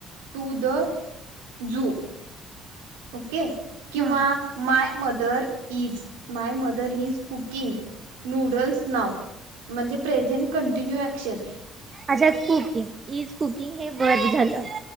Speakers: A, on the right (about 70°); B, on the right (about 35°).
A: to the zoo okay, किंवा
B: हा
A: my mother is my mother is cooking noodles now, म्हणजे प्रेझेंट कंटिन्यू अऍक्शन
B: आजय कुक दिन, इज कुकिंग हे वर्ब झाल.